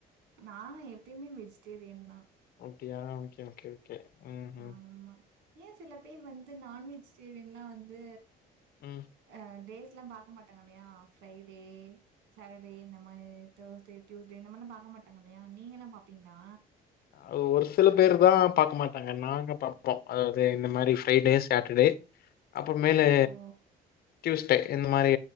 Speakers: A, on the right; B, on the left.
A: நா எப்பயுமே வெஜிடேரியன் தா
B: அப்டியா ஓகே ஓகே ஓகே ம் ம்
A: ஆமா ஏன் சில பேர் வந்து நான் வெஜிடேரியன்லா வந்து
B: ம்
A: அ டே லா பாக்க மாட்டாங்க இல்லையா ஃரைடே சாட்டர்டே இந்த மாரி தேர்ஸ்டே ட்யூஸ்டே இந்த மாதிரல்லா பாக்க மாட்டாங்க இல்லையா நீங்கல்லா பாப்பீங்களா
B: அ ஒரு சில பேர் தா பாக்க மாட்டாங்க நாங்க பா ம் அதாவது இந்த மாரி ஃரைடே சாட்டர்டே அப்புற மேலு
A: ஓ
B: டியூஸ்டே இந்த மாரி